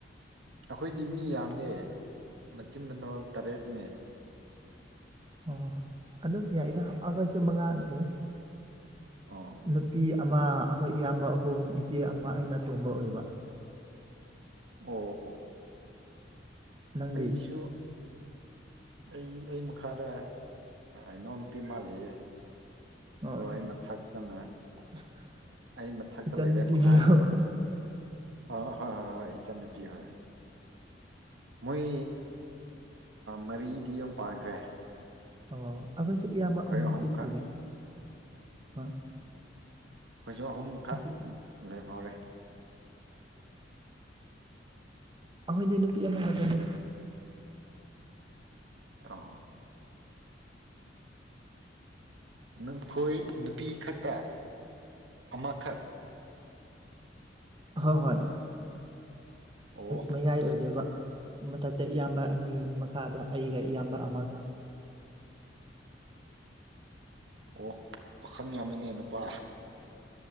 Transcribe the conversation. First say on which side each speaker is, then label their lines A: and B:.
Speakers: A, on the right; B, on the right.
A: ꯑꯩꯈꯣꯏꯗꯤ ꯃꯤ ꯌꯥꯝꯃꯦ ꯃꯆꯤꯟ ꯃꯅꯥꯎ ꯇꯔꯦꯠꯅꯦ
B: ꯑꯣ ꯑꯗꯨꯝ ꯌꯥꯏꯗ ꯍꯞꯑꯒꯁꯨ ꯃꯉꯥꯜꯂꯑꯦ
A: ꯑꯣ
B: ꯅꯨꯄꯤ ꯑꯃ ꯑꯩꯈꯣꯏ ꯏꯌꯥꯝꯕ ꯑꯍꯨꯝ ꯏꯆꯦ ꯑꯃ ꯑꯩꯅ ꯑꯇꯣꯕ ꯑꯣꯏꯕ
A: ꯑꯣ ꯑꯣ
B: ꯅꯪꯗꯤ
A: ꯑꯩꯁꯨ ꯑꯩ ꯑꯩ ꯃꯈꯥꯗ ꯏꯅꯥꯎꯅꯨꯄꯤ ꯃꯥ ꯂꯩꯌꯦ
B: ꯑꯣ
A: ꯑꯗꯣ ꯑ ꯃꯊꯛꯇꯅ
B: <unintelligible>
A: ꯑꯩ ꯃꯊꯛꯇ
B: ꯏꯆꯟꯅꯨꯄꯤ
A: ꯂꯩꯔꯦ ꯃꯉꯥꯁꯤꯗꯤ
B: ꯍꯥꯏꯌꯣ ꯍꯣꯏ
A: ꯑ ꯍꯣꯏ ꯍꯣꯏ ꯍꯣꯏ ꯏꯆꯟꯟꯅꯨꯄꯤ ꯍꯣꯏ ꯃꯣꯏ ꯃꯔꯤꯗꯤ ꯑꯃ ꯄꯥꯟꯈ꯭ꯔꯦ
B: ꯑ ꯑꯩꯈꯣꯏꯁꯨꯦ ꯏꯌꯥꯝꯕ
A: ꯑꯩꯈꯣꯏ
B: ꯑꯃ
A: ꯑꯍꯨꯝꯈꯛ
B: ꯄꯤꯊꯤꯔꯦ ꯑ
A: ꯍꯧꯣꯏꯁꯨꯛ ꯑꯍꯨꯝꯈꯛ
B: ꯑꯁꯤ
A: ꯂꯩꯦꯝꯍꯧꯔꯦ
B: ꯑꯩꯈꯣꯏꯗꯤ ꯅꯨꯄꯤ ꯑꯃꯈꯛꯇꯅꯤ
A: ꯑ <unintelligible> ꯅꯈꯣꯏ ꯅꯨꯄꯤ ꯈꯛꯇ ꯑꯃꯈꯛ
B: ꯑꯍꯣꯏ ꯍꯣꯏ
A: ꯑꯣ
B: ꯃꯌꯥꯏ
A: ꯑꯗꯨ
B: ꯑꯣꯏꯗꯣꯏꯕ ꯃꯊꯛꯇ ꯏꯌꯥꯝꯕ ꯑꯅꯤ ꯃꯈꯥꯗ ꯑꯩꯒ ꯏꯌꯥꯝꯕ ꯑꯃꯒꯗ
A: ꯑꯣ ꯄꯥꯈꯪ ꯌꯥꯝꯃꯤꯅꯦ ꯅꯨꯄꯥ